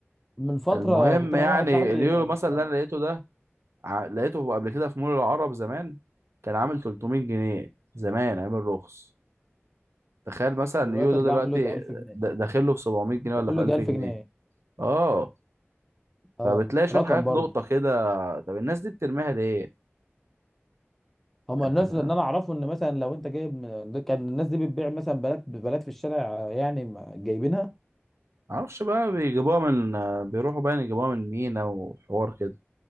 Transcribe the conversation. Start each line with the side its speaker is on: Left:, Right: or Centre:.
Centre: من فتره
Right: المهم
Centre: كنت
Right: يعني
Centre: انا واحد صاحبي
Right: اليورو مثلا اللي
Centre: آه،
Right: انا لقيته ده ع- لقيته قبل كده في مول العرب زمان كان عامل 300 جنيه زمان عامل رخص تخيل مثلا إن
Centre: دلوقتي
Right: اليورو
Centre: هتلاقيه
Right: ده دلوقتي
Centre: عامل له يجي 1000 جنيه
Right: د- داخل له في 700 جنيه
Centre: يعمل
Right: ولا في
Centre: له يجي
Right: 1000
Centre: 1000
Right: جنيه
Centre: جنيه
Right: اه
Centre: اه
Right: فبتلاقي شويه
Centre: رقم
Right: حاجات
Centre: برضه
Right: لقطه كده طب الناس دي بترميها ليه
Centre: هما
Right: انت
Centre: الناس
Right: فاهم
Centre: اللي انا اعرفه ان مثلا لو انت جايب من... ده كان الناس دي بتبيع مثلا بلات بلات في الشارع آه، يعني ما- جايبينها
Right: معرفش بقى بيجيبوها من بيروحوا بقى يجيبوها من مينا وحوار كده